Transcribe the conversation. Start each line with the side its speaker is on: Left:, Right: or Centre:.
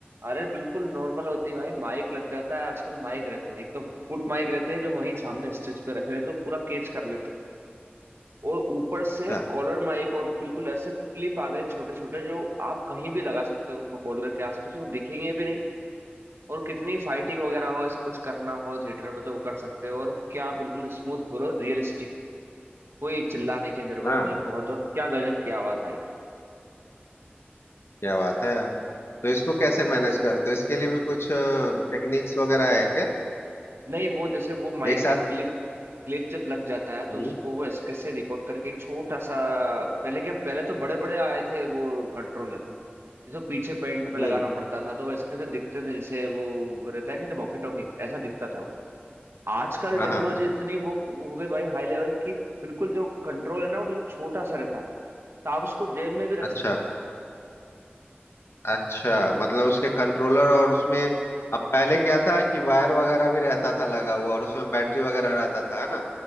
Right: अरे बिल्कुल नॉर्मल होती है भाई माइक लग जाता है आजकल माइक रहते हैं एक तो फुट माइक रहते हैं जो वहीं सामने स्टेज पे रखे रहते हैं तो पूरा कैच कर लेते हैं और ऊपर से
Left: है हाँ
Right: कॉलर माइक और बिल्कुल ऐसे क्लिप आ गए छोटे छोटे जो आप कहीं भी लगा सकते हो उनको कॉलर के आसपास वो दिखेंगे भी नहीं और कितनी फाइटिंग वगैरह हो ऐसा कुछ करना हो थिएटर में तो वो कर सकते हो और क्या बिल्कुल स्मूथ बोलो रियलिस्टिक कोई चिल्लाने की जरूरत
Left: हाँ
Right: नहीं बहुत और क्या गजब की आवाज आई
Left: क्या बात है यार तो इसको कैसे मैनेज करते हो इसके लिए भी कुछ टेक्निक्स वगैरह है क्या
Right: नहीं वो जैसे वो माइक
Left: एक साथ
Right: जब क्लिप क्लिप जब लग जाता है तो
Left: हम्म
Right: उसको वो ऐसे कैसे रिकॉर्ड करके एक छोटा सा पहले क्या पहले तो बड़े बड़े आए थे वो कंट्रोलर जिसको पीछे पेंट पे
Left: हम्म
Right: लगाना पड़ता था तो वैसे कैसे दिखते थे जैसे वो रहता है कि नहीं वॉकी टॉकी ऐसा दिखता था वो आजकल
Left: हाँ
Right: टेक्नोलॉजी
Left: हाँ
Right: इतनी वो वो हो गई भाई हाई लेवल की बिल्कुल जो कंट्रोल है ना वो बिल्कुल छोटा सा रहता है तो आप उसको जेब में भी रख
Left: अच्छा
Right: सकते हो
Left: अच्छा मतलब उसके कंट्रोलर और उसमें अब पहले क्या था कि वायर वगैरह भी रहता था लगा हुआ और उसमें बैटरी वगैरह रहता था है ना